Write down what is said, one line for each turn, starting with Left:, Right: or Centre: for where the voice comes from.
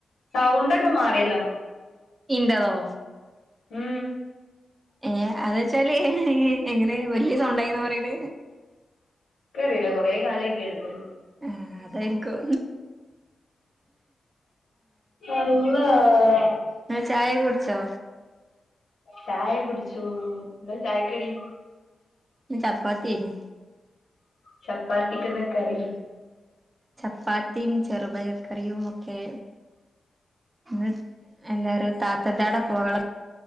Left: സൗണ്ടൊക്കെ മാറിയല്ലോ
Right: ഇന്റതോ
Left: ഉം
Right: ഏഹ് അത് വെച്ചാല് എങ്ങനെ വലിയ സൗണ്ട് ണ്ടായിന്ന് പറയൽ
Left: ഇൻക് അറിയില്ല കൊറെേ കാലമായി കേട്ടിട്ട്.
Right: ആഹ അതായിരിക്കും.
Left: അല്ലാഹാ
Right: ങ്ങൾ ചായ കുടിച്ചോ.
Left: ചായ കുടിച്ചു എന്താ ചായക്കടി.
Right: ഇന്ന് ചപ്പാത്തിയെനി
Left: ചപ്പാത്തിക്ക് എന്താ കറി
Right: ചപ്പാത്തിയും ചെറുപയർക്കറിയും ഒക്കെ. ഇ എല്ലാരും താത്തടെ അടെ പോകള.